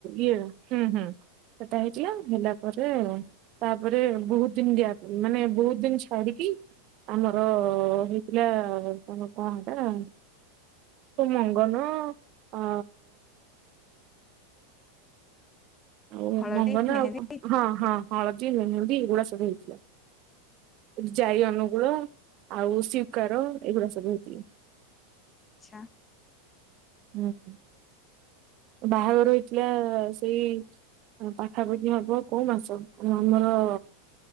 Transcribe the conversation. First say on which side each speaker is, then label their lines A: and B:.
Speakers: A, on the right; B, on the left.
A: ଇଏ, ହୁଁ ହୁଁ। ସେଟା ହେଇଥିଲା ହେଲା ପରେ ତାପରେ ବହୁତ ଦିନ ଦିଆ ମାନେ ବହୁତ ଦିନ ଛାଡ଼ି ଛାଡିକି ଆମର ହେଇଥିଲା ତମ କଣଟା? ତ ମଙ୍ଗନ ଆ। ଆଉ
B: ହଳଦୀ
A: ମଙ୍ଗନ
B: ମେହେନ୍ଦୀ
A: ଆଉ ହଁ ହଁ ହଳଦୀ, ମେହେନ୍ଦି ଏଗୁଡା ସବୁ ହେଇଥିଲା। ଜାଇ ଅନୁକୂଳ ଆଉ ସ୍ୱୀକାର ଏଗୁଡା ସବୁ ହୁଏ।
B: ଛା
A: ହୁଁ ହୁଁ। ବାହାଘର ହେଇଥିଲା ସେଇ ପାଖାପାଖି ହବ କୋଉ ମାସ? ଆମର